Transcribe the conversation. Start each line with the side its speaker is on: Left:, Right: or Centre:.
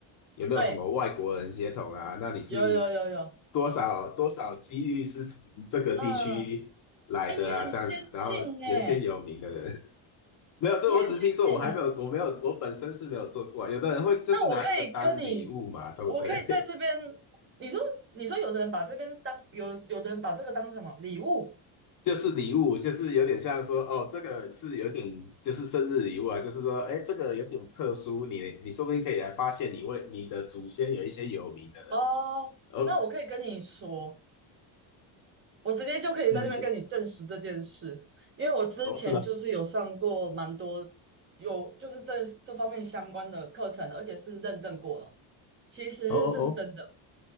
Left: 有没有什么外国人血统啊？
Right: 对，
Left: 那你是
Right: 有有有有，
Left: 多少多少几率是从这个地区来的啊？
Right: 嗯，哎，你很先进哎，
Left: 这样子，然后有一些有名的人 <laughs> 没有，对，
Right: 你很先进哎，
Left: 我只是听说，我还没有，我没有，我本身是没有做过啊有的人会就是拿这个当礼物嘛，
Right: 那我可以跟你，
Left: 对不对？
Right: 我可以在这边，你说你说有的人把这边当有有的人把这个当什么礼物
Left: 就是礼物，就是有点像说，哦，这个是有点就是生日礼物啊，就是说，哎，这个有点特殊，你你说不定可以来发现你为你的祖先有一些有名的人，
Right: 哦，
Left: 哦，
Right: 那我可以跟你说，我直接就可以在这边跟你证实这件事，
Left: 嗯，这
Right: 因为我之前就是有上过蛮多有就是这这方面相关的课程，
Left: 哦是吗？
Right: 而且是认证过了。其实这是真的，
Left: 哦哦哦，